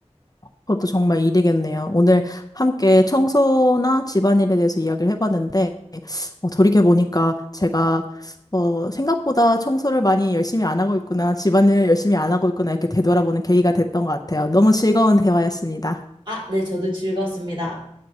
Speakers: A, on the left; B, on the right.
A: 그것도 정말 일이겠네요. 오늘 함께 청소나 집안일에 대해서 이야기를 해봤는데, 어, 돌이켜 보니까 제가 어, 생각보다 청소를 많이 열심히 안 하고 있구나, 집안일을 열심히 안 하고 있구나 이렇게 되돌아보는 계기가 됐던 것 같아요. 너무 즐거운 대화였습니다.
B: 아, 네, 저도 즐거웠습니다.